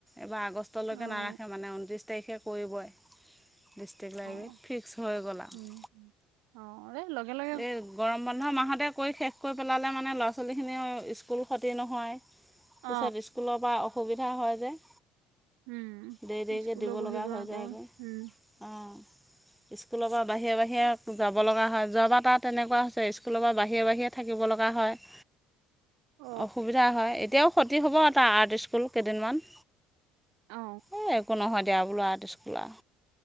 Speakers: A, in the centre; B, on the right.
A: এইবাৰ আগষ্ ষ্টলৈকে
B: অ
A: নাৰাখে মানে ঊনত্ৰিছ তাৰিখে কৰিবই ডিষ্ট্ৰিক্ট লাইব্ৰেৰীত
B: অ
A: ফিক্স হৈ গ'ল আ
B: উম, অ এ লগে লগ
A: এই গৰম বন্ধ মাহতে কৰি শেষ কৈ পেলালে মানে ল'ৰা ছোৱালীখিনি অ স্কুল ক্ষতি নহয়
B: অ,
A: পিছত স্কুলত বা অসুবিধা হয় যে
B: উম,
A: দেৰি দেৰিকে
B: স্কুলো
A: দিব
B: বহিব
A: লগা হৈ
B: আকৌ
A: যায়গৈ
B: উম,
A: অ স্কুলৰ পা বাহিৰে বাহিৰে যাব লগা হয় যোৱা বাৰ তাৰ তেনেকুৱা হৈছে স্কুলৰ পৰা বাহিৰে বাহিৰে থাকিব লগা হয়
B: অ,
A: অসুবিধা হয় এতিয়াও ক্ষতি হ'ব তা আৰ্ট স্কুল কেইদিনমান
B: অ
A: এ একো নহয় দিয়া বোলো আৰু আৰ্ট স্কুল আও